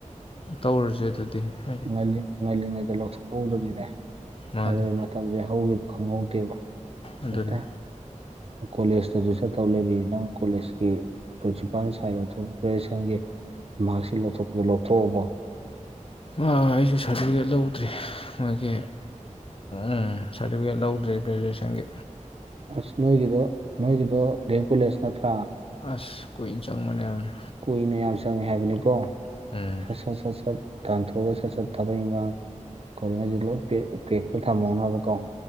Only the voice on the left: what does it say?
ꯇꯧꯔꯁꯦ ꯑꯗꯨꯗꯤ ꯍꯥꯏ
ꯃꯥꯅꯤ
ꯑꯗꯨꯅꯤ
ꯑ ꯑꯩꯁꯨ ꯁꯥꯔꯇꯤꯐꯤꯀꯦꯠ ꯂꯧꯗ꯭ꯔꯤ ꯃꯣꯏꯒꯤ ꯑ ꯁꯥꯔꯇꯤꯐꯤꯀꯦꯠ ꯂꯧꯗ꯭ꯔꯤ ꯒ꯭ꯔꯦꯖꯨꯑꯦꯁꯟꯒꯤ
ꯑꯁ ꯀꯨꯏꯅ ꯆꯪꯕꯅꯦ ꯌꯥꯝꯅ
ꯎꯝ